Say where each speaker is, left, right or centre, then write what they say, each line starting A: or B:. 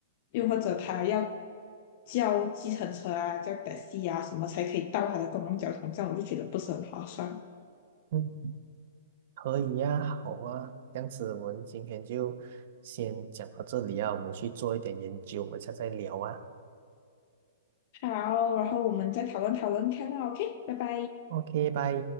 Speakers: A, on the left; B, on the right.
A: 又或者他要叫计程车啊、叫 taxi 啊什么才可以到他的公共交通站，我就觉得不是很划算。
B: 嗯，可以呀、好啊，这样子我们今天就先讲到这里啊，我们去做一点研究，我们下次再聊啊。
A: 好，然后我们再讨论讨论看啊，OK，拜拜。
B: OK，拜。